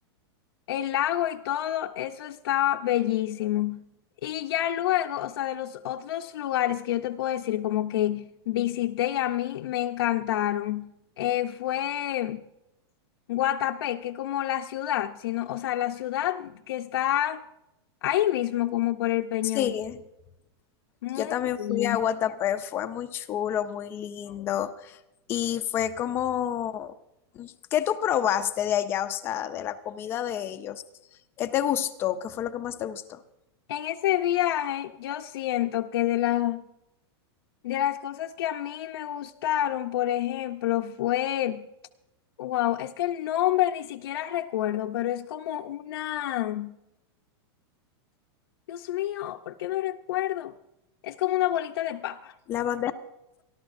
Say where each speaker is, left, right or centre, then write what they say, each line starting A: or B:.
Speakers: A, on the left; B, on the left.
A: el lago y todo, eso estaba bellísimo. Y ya luego, o sea, de los otros lugares que yo te puedo decir, como que visité y a mí me encantaron, eh, fue Guatapé, que como la ciudad, sino, o sea, la ciudad que está ahí mismo, como por el Peñón.
B: Sí,
A: Muy
B: yo también
A: bien.
B: fui a Guatapé, fue muy chulo, muy lindo. Y fue como, ¿qué tú probaste de allá? O sea, de la comida de ellos. ¿Qué te gustó? ¿Qué fue lo que más te gustó?
A: En ese viaje, yo siento que de la, de las cosas que a mí me gustaron, por ejemplo, fue Wow, es que el nombre ni siquiera recuerdo, pero es como una... Dios mío, ¿por qué no recuerdo? Es como una bolita de papa.
B: La bandeja.